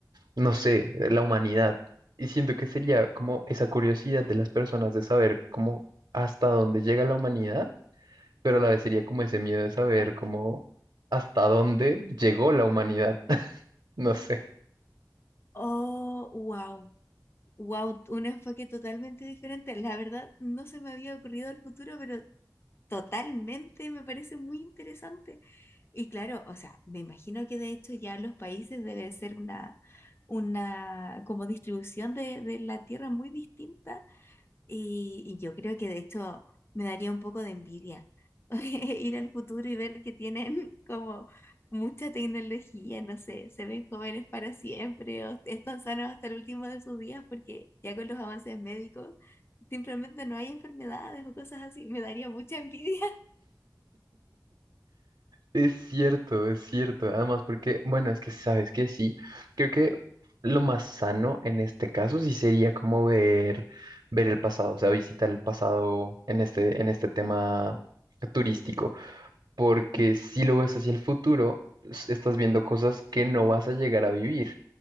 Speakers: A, on the right; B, on the left.
A: no sé, eh, la humanidad. Y siento que sería como esa curiosidad de las personas de saber cómo hasta dónde llega la humanidad, pero a la vez sería como ese miedo de saber
B: Ajá.
A: cómo hasta dónde llegó la humanidad. <laughs> No sé.
B: Oh, wow, wow, un enfoque totalmente diferente. La verdad, no se me había ocurrido el futuro, pero totalmente me parece muy interesante. Y claro, o sea, me imagino que de hecho ya los países debe ser una, una como distribución de, de la tierra muy distinta Y, y yo creo que de hecho me daría un poco de envidia <laughs> ir al futuro y ver que tienen como mucha tecnología, no sé, se ven jóvenes para siempre o están sanos hasta el último de sus días porque ya con los avances médicos simplemente no hay enfermedades o cosas así. Me daría mucha envidia.
A: Es cierto, es cierto. Además, porque, bueno, es que sabes que sí. Creo que lo más sano en este caso sí sería como ver, ver el pasado, o sea, visitar el pasado en este, en este tema turístico. porque
B: <laughs>
A: si lo ves hacia el futuro, s- estás viendo cosas que no vas a llegar a vivir,